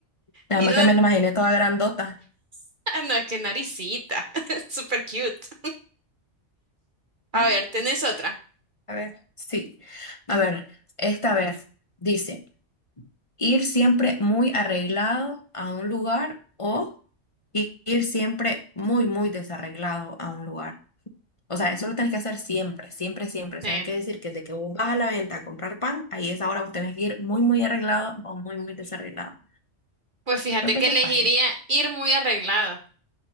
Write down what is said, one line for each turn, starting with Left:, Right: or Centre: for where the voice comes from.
Left: Además
Right: Y no-
Left: que me la imaginé toda grandota.
Right: <laughs> Ah, No, qué naricita. <laughs> Super cute. A
Left: Mm,
Right: ver, ¿tenés otra?
Left: A ver, sí. A ver, esta vez dice. ir siempre muy arreglado a un lugar o i- ir siempre muy, muy desarreglado a un lugar. O sea, eso lo tenés que hacer siempre, siempre, siempre. O
Right: Sí.
Left: sea, hay que decir que desde que vos vas a la venta a comprar pan, ahí es ahora vos tenés que ir muy, muy arreglado o muy, muy desarreglado.
Right: Pues fíjate
Left: Creo que
Right: que
Left: eso
Right: elegiría
Left: es fácil.
Right: ir muy arreglada.